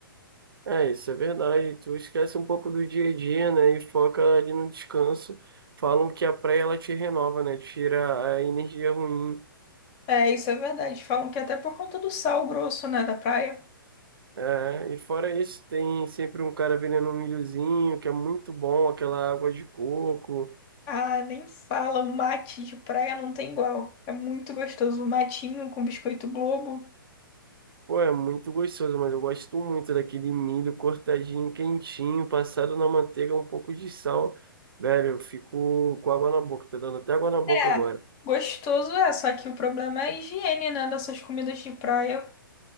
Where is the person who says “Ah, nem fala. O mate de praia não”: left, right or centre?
Left